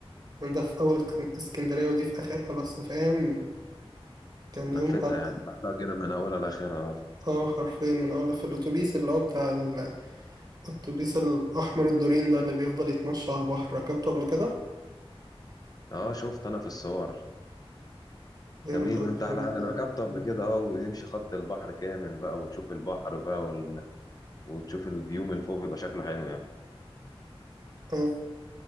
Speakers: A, on the right; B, on the left.
A: يعني ده في أول اسك- اسكندرية ودي في آخرها بس فاهم كان
B: لفيتها
A: يوم حد
B: يعني رحتها كده من اولها لاخرها
A: اه حرفيا من أول في الأتوبيس اللي هو بتاع ال- الأتوبيس الأحمر الدورين ده اللي بيفضل يتمشى على البحر ركبته قبل كده
B: اه اه شفت انا في الصور
A: جامد
B: جميل
A: أوي الأتوبيس
B: انت احلى حاجه
A: ده
B: انا ركبته قبل كده اه ويمشي خط البحر كامل بقى وتشوف البحر بقى وال... وتشوف الفيو من فوق بيبقى شكله حلو يعني
A: آه،